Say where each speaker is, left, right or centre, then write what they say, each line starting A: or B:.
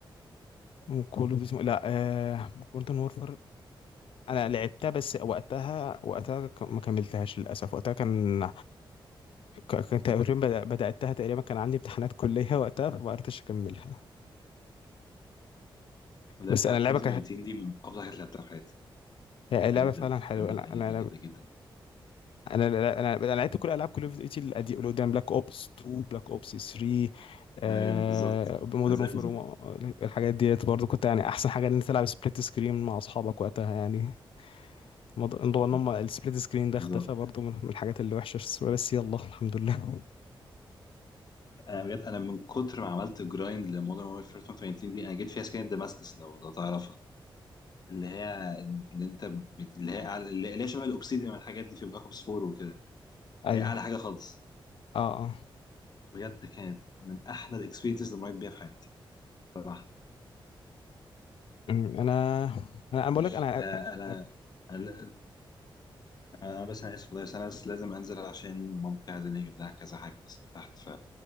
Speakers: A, on the left; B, on the left.
A: وكل اوف ديوتي لا آه... مودرن وورفر انا لعبتها بس وقتها وقتها ك- ما كملتهاش للاسف وقتها كان ك- كان تقريبا بدأ- بدأتها تقريبا كان عندي امتحانات كلية وقتها فما قدرتش اكملها
B: بدأت
A: بس انا اللعبه
B: 2018 دي من أفضل الحاجات اللي لعبتها في حياتي
A: هي
B: حلوة
A: لعبة
B: جدا
A: فعلا حلوة
B: حلوة جدا
A: انا
B: جدا
A: انا انا
B: جدا جدا
A: انا انا, أنا لعبت كل العاب كول اوف ديوتي اللي قدام بلاك اوبس 2 بلاك اوبس 3 آه
B: أيوه بالظبط
A: مودرن
B: أنا زيك
A: وورفير
B: بالظبط
A: الحاجات ديت برضو كنت يعني احسن حاجة ان انت تلعب سبليت سكرين مع اصحابك وقتها يعني موضوع موضوع ان
B: مم.
A: هم السبليت سكرين ده
B: بالظبط
A: اختفى برضو من من الحاجات اللي وحشة بس يلا الحمد لله
B: أنا بجد أنا من كتر ما عملت جرايند لمودرن وورفير 2018 دي أنا جيت فيها سكينة دماسكس لو لو تعرفها اللي هي اللي أنت بت... اللي هي أعلى... اللي اللي هي شبه الأوبسيديان والحاجات دي في بلاك أوبس 4 وكده
A: <laughs> ايوه
B: اللي هي أعلى حاجة خالص
A: اه اه
B: بجد كانت من أحلى الإكسبيرينسز اللي مريت بيها في حياتي صراحة
A: أمم، انا انا أنا بقول
B: مش
A: لك انا
B: آه أنا
A: أنا-
B: أنا أنا بس أنا آسف والله بس أنا بس لازم أنزل عشان مامتي عايزاني أجيب لها كذا حاجة بس من تحت ف